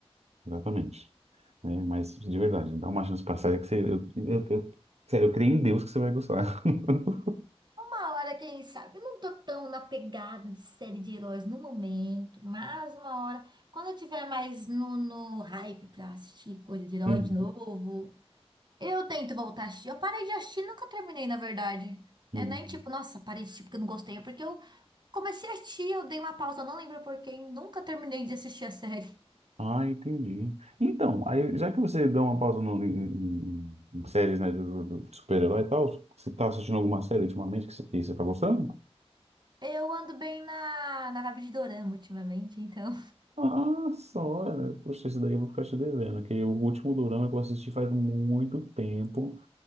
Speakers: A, on the right; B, on the right.
A: exatamente. Né? Mas, de verdade, dá uma chance pra série que você. Eu, eu- eu- sério, eu creio em Deus que você vai gostar. <laughs>
B: Uma hora, quem sabe? Eu não tô tão na pegada de série de heróis no momento, mas uma hora, quando eu tiver mais no, no hype pra assistir coisa de herói
A: Uhum,
B: de novo, eu tento voltar a assistir. Eu parei de assistir, nunca terminei, na verdade. Né?
A: uhum.
B: Nem tipo, nossa, parei de assistir porque eu não gostei, é porque eu Comecei a assistir, eu dei uma pausa, não lembro por quê, e nunca terminei de assistir a série.
A: Ah, entendi. Então, aí, já que você deu uma pausa no, em, em- em séries, né, do, do- do super-herói e tal, você tá assistindo alguma série ultimamente que você, que você tá gostando?
B: Eu ando bem na, na vibe de dorama ultimamente, então.
A: Ah, só, olha, poxa, esse daí eu vou ficar te devendo, que o último dorama que eu assisti faz muito tempo.